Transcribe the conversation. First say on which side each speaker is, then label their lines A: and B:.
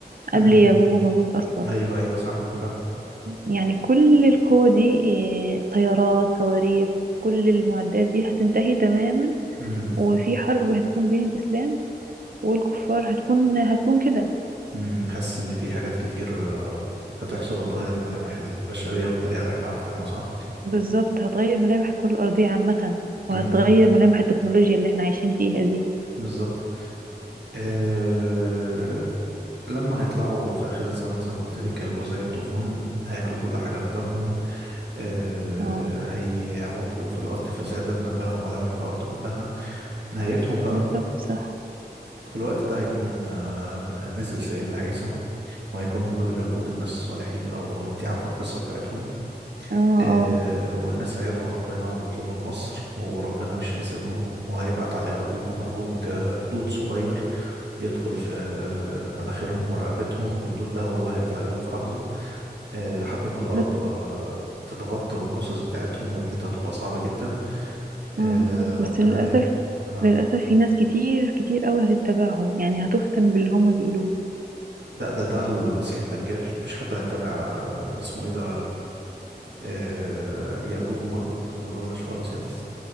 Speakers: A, on the right; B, on the right.
A: قبل
B: امم
A: ياجوج وماجوج اصلا
B: ايوه ايوه صح بالفعل
A: يعني كل القوة دي آه طيارات صواريخ كل المعدات دي هتنتهي تماما
B: امم
A: هو في حرب هتكون بين الإسلام والكفار هتكون هتكون كده
B: امم حاسس ان في حاجات كتير آه، هتحصل هتغير ملامح البشريه بالطريقه اللي احنا عارفينها صح
A: بالظبط هتغير ملامح الكرة الأرضية عامة وهتغير
B: امم
A: ملامح التكنولوجيا اللي احنا عايشين فيها دي
B: بالظبط أه... لما هيطلعوا في اخر الزمن زي ما قلت لك هيبقوا زي الطوفان هياكلوا كل حاجه قدامهم أه...
A: اه
B: هيعوتوا في الارض فسادا غيروا ملامح الارض كلها نهايتهم بقى
A: بالظبط صح
B: في الوقت ده هيكون آه، نزل سيدنا عيسى وهيكون هو اللي بيقود الناس الصالحين لو انت عارفه القصه بتاعتهم
A: اه
B: آه،
A: اه
B: والناس هيدعوا ربنا ويطلبوا النصر وربنا مش هيسيبهم وهيبعت على يأجوج ومأجوج آه، دود صغير يدخل في آه، مناخيرهم ورقبتهم والدود ده هو اللي هيقضي عليهم في لحظة آه، لحد ما الأرض
A: بس
B: آه، تتغطى بالجثث بتاعتهم وريحتها تبقى صعبة جدا
A: م-
B: آه،
A: م. بس
B: ربنا
A: للأسف
B: هي آه.
A: للأسف في ناس كتير كتير قوي هتتبعهم يعني هتفتن باللي هما بيقولوه
B: لا ده ده المسيح الدجال مفيش حد هيتابع آه، اسمه ايه ده آه، يأجوج ومأجوج ما اظنش خالص يعني